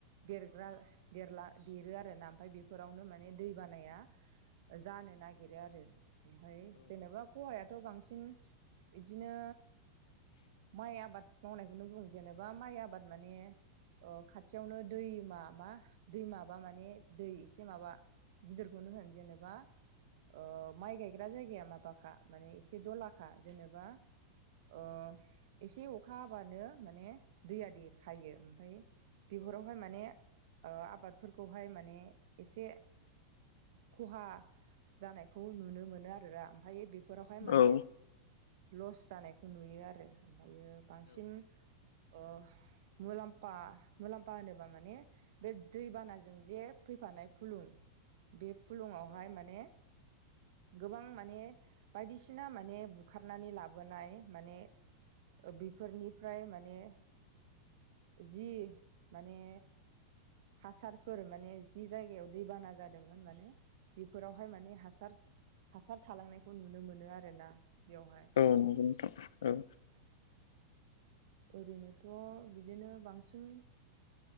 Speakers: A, on the right (about 65°); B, on the left (about 85°).
A: देरग्रा देरला देरो आरोना ओमफाय बेफोरावनो माने दै बानाया जानो नागिरो आरो ओमफाय जेनेबा खहायाथ' बांसिन इदिनो माइ आबाद मावनायखौनो बुं जेनेबा माइ आबाद माने ओ खाथियावनो दैमा मा दैमाबा माने दै एसे माबा गिदिरखौनो होन जेनेबा ओ माइ गायग्रा जायगाया माबाखा माने एसे दलाखा जेनेबा ओ एसे अखा हाबानो माने दैया देरखायो ओमफाय बिफोरावहाय माने ओ आबादफोरखौहाय माने एसे खहा जानायखौ नुनो मोनो आरोरा ओमफाय बेफोरावहाय माने
B: औ औ
A: लस जानायखौ नुयो आरो ओमफायो बांसिन ओ मुलाम्फा मुलाम्फा होनोबा माने बे दैबानाजों जे फैफानाय फुलुं बे फुलुङावहाय माने गोबां माने बायदिसिना माने बुखारनानै लाबोनाय माने ओ बेफोरनिफ्राय माने जि माने हासारफोर माने जि जायगायाव दैबाना जादोंमोन माने बेफोरावहाय माने हासार हासार थालांनायखौ नुनो मोनो आरोना बेवहाय
B: औ नंगौ नोंथां औ।
A: ओरैनोथ' बिदिनो बांसिन